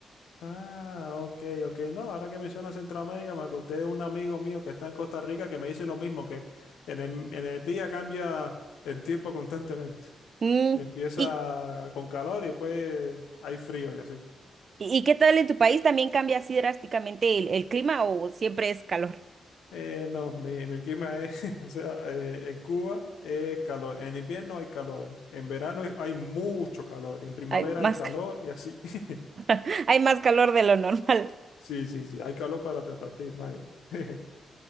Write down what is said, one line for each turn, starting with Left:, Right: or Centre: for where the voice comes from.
Left: Ah, ok, ok. No, ahora que mencionas Centroamérica, me acordé de un amigo mío que está en Costa Rica que me dice lo mismo, que en el, en el día cambia el tiempo constantemente.
Right: Mm,
Left: Empieza
Right: ¿Y,
Left: con calor y después hay frío y así.
Right: y qué tal en tu país? ¿También cambia así drásticamente el, el clima o siempre es calor?
Left: Eh, no, mi, mi clima es, <laughs> o sea, eh, en Cuba es calor, en invierno hay calor, en verano hay mucho calor, en primavera
Right: Hay más,
Left: hay calor
Right: ca-
Left: y así. <laughs>
Right: <laughs> hay más calor de lo normal.
Left: Sí, sí, sí, hay calor para repartir, vaya. <laughs>